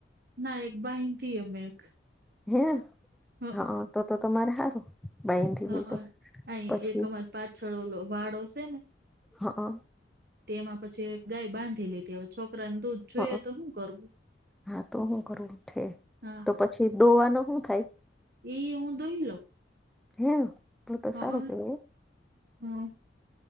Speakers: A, on the right (about 55°); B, in the centre.
A: ના એક બાહથી અમેં એક.
B: હે
A: હ
B: હા તો તો તમારે સારું બાઈનથી
A: હ
B: બ તો
A: અહી
B: પછી?
A: એક અમાર પાછળ ઓલો વાાડોશે ને
B: હા.
A: તેમાં પછી ગાય બાંધી લીધી હવે છોકરાને દૂધ જોઈએ
B: હ
A: તો હું કરવું
B: હા તો હું કરું ઉઠે
A: હા
B: તો પછી દોવાનું શું થાય?
A: એઈ હું દોહી લ.
B: હે તો તો
A: હા
B: સારું
A: હ
B: કેવાય
A: હા.